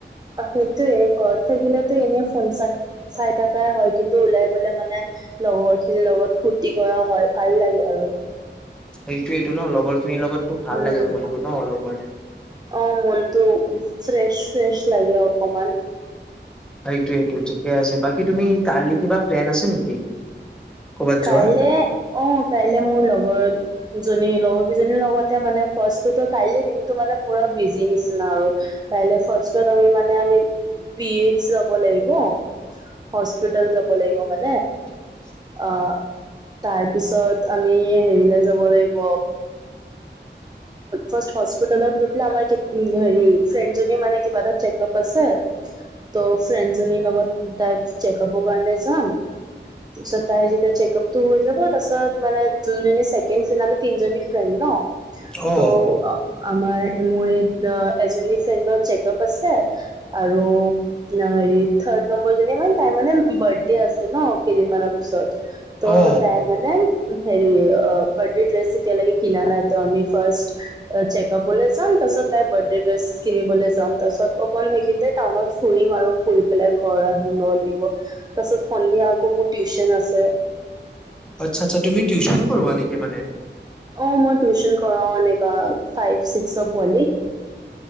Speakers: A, on the right (about 20°); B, in the centre.
A: সেইটোৱ, ঘৰত থাকিলেতো এনেই ফোন চ, চাই থাকাই হয়। কিন্তু, ওলাই গ'লে মানে, লগৰ খিনিৰ লগত ফূৰ্তি কৰা হয়, ভাল লাগে আৰু
B: সেইটোৱেইটো ন লগৰখিনীৰ লগতো ভাল
A: উম
B: লাগে মনটো ন লগৰ।
A: অ মনটো ফ্ৰেছ ফ্ৰেছ লাগে অকমান।
B: সেইটো সেইটো ঠিকে আছে, বাকী তুমি কালি কিবা প্লেন আছে নেকি? কৰ'বাত
A: কাইলে
B: যোৱা
A: অ'! কাইলে মোৰ লগৰ জনী, লগৰ কেইজনীৰ লগতে মানে, ফাৰ্ষ্টটো ত' কাইলে দিনটো মানে, পুৰা বিজি নিচিনা আৰু। কাইলে, ফাৰ্ষ্টত আমি মানে, আমি বি এইচ যাব লাগিব। হস্পিতাল যাব লাগিব মানে।
B: <unintelligible>
A: আহ তাৰপিছত আমি হেৰিলে যাব লাগিব। ফাষ্ট হস্পিটেলত গৈ পেলাই হেৰী ফ্ৰেণ্ড জনী কিবা এটা চেকাপ আছে ত' ফ্ৰেণ্ড জনীৰ লগত তাই চেকআপৰ কাৰণে যাম, তাৰপিছত তাই যেতিয়া চেকআপ টো হৈ যাব তাৰপিছত মানে যোন জনি চছেকেণ্ড ফ্ৰেণ্ড আমি তিনজনী ফ্ৰেণ্ড ন।
B: অ
A: ত' আমাৰ মোৰ এই এজনী ফ্ৰেণ্ডৰ চেকআপ আছে, আৰু ন হেৰি থাৰ্ড নম্বৰ জনী মানে তাই মানে বাৰ্থডে আছে ন কেইদিনমানৰ ত পিছত ত'
B: অ
A: তাই মানে হেৰি বাৰ্থডে ড্ৰেছ এতিয়ালেকে কিনা নাই ত আমি ফাষ্ট চেকাপলে যাম তাপাছত তাই বাৰ্থডে ড্ৰেছ কিনিবলৈ যাম তাৰপাছত অকণ সেইখিনিতে টাউনত ফুৰিম আৰু ফুৰি পেলাই ঘৰ ধনব লাগিব, তাৰপাছত সন্ধিয়া আকৌ মোৰ টিউচন আছে।
B: আচ্ছা আচ্ছ তুমি টিউশনো কৰোৱা নেকি মানে?
A: অ মই টিউচন কৰাও এনেকা ফাইভ চিক্সৰ পোৱালি।